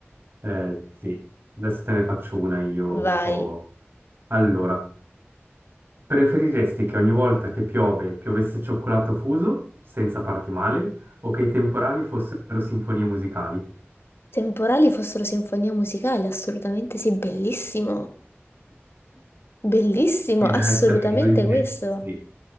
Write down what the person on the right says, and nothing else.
Eh sì, adesso te ne faccio una io
un po'. Allora, preferiresti che ogni volta che piove piovesse cioccolato fuso senza farti male o che i temporali fossero sinfonie musicali?
Sì,
deve essere veramente...
Sì,